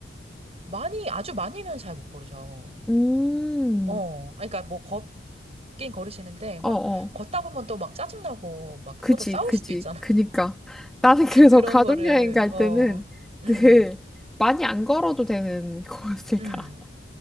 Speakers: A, on the right; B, in the centre.
A: 많이, 아주 많이는 잘 못 고르죠.
B: 음,
A: 어, 그러니까 뭐, 걷긴 걸으시는데, 막,
B: 어, 어.
A: 걷다 보면 또 막 짜증나고, 막
B: 그지,
A: 서로 싸울
B: 그지.
A: 수도 있잖아.
B: 그니까. 나는 그래서
A: 그런
B: 가족여행
A: 거를,
B: 갈
A: 어,
B: 때는
A: 음,
B: 늘 많이 안 걸어도 되는 <laughs> 곳을
A: 음.
B: 가.